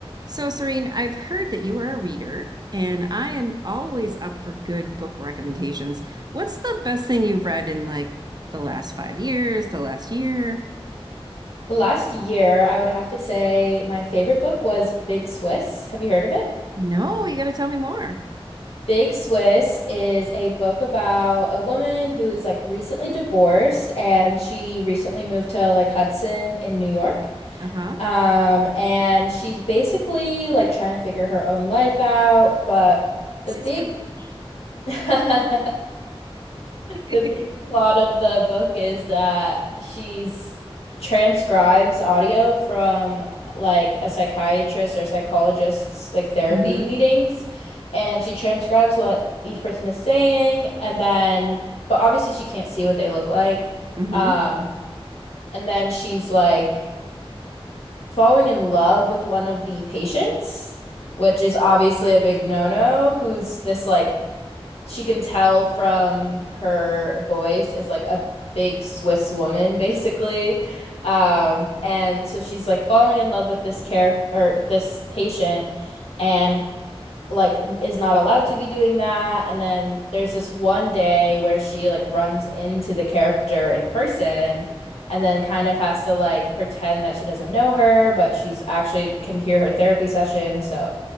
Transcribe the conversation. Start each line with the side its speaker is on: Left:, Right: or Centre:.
Right: So, Serene, I've heard that you are a reader, and I am always up for good book recommendations. What's the best thing you've read in like the last five years, the last year?
Left: The last year, I would have to say my favorite book was Big Swiss. Have you heard of it?
Right: No, you got to tell me more.
Left: Big Swiss is a book about a woman who is like recently divorced and she recently moved to like Hudson in New York.
Right: Uh-huh.
Left: Um, and she's basically like trying to figure her own life out, but
Right: This
Left: the big
Right: is kind of me.
Left: <laughs> <laughs> The
Right: <laughs>
Left: big plot of the book is that she's transcribes audio from like a psychiatrist or psychologist's like therapy
Right: Mm-hmm.
Left: meetings, and she transcribes what each person is saying, and then but obviously she can't see what they look like.
Right: Mm-hmm.
Left: Um, and then she's like falling in love with one of the patients, which is obviously a big no-no, who's this like she can tell from her voice is like a big Swiss woman, basically. Um, and so she's like falling in love with this character or this patient and like is not allowed to be doing that. And then there's this one day where she like runs into the character in person and then kind of has to like pretend that she doesn't know her, but she's actually can hear her therapy session. So